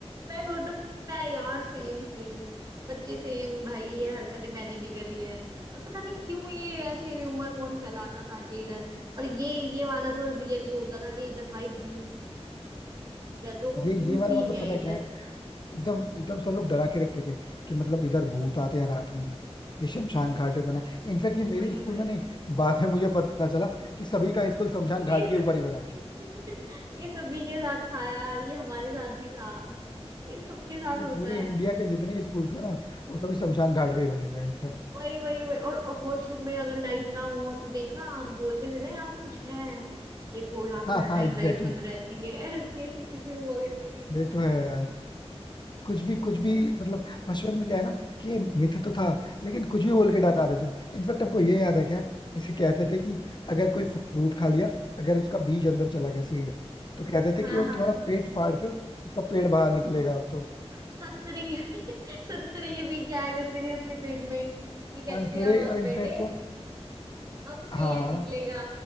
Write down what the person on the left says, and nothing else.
ये
ये वाला
मतलब
पता है
क्या है एकदम एकदम सब लोग डरा के रखते थे कि मतलब इधर भूत आते हैं रात में ये शमशान घाट पे बना है इनफैक्ट ये मेरे
स्कूल
में नहीं बाद में मुझे पता चला कि सभी का स्कूल शमशान
घाट
के ऊपर ही बना है
ये
पूरे
इंडिया के जितने स्कूल्स हैं ना वो सभी शमशान घाट पे ही बने हुए हैं इनफैक्ट
<laughs>
हाँ
हाँ
एग्जैक्टली
ये तो है यार कुछ भी कुछ भी
मतलब बचपन में क्या है ना कि ये मिथ तो था लेकिन कुछ भी बोल के डरा देते थे इनफैक्ट आपको ये याद है क्या जैसे कहते थे कि अगर कोई फ्रूट खा लिया अगर उसका बीज अंदर चला गया सीड तो कहते थे
कि वो
तुम्हारा पेट फाड़ के उसका पेड़ बाहर निकलेगा अब तो
हम
तेरे
इनफैक्ट
वो
हाँ हाँ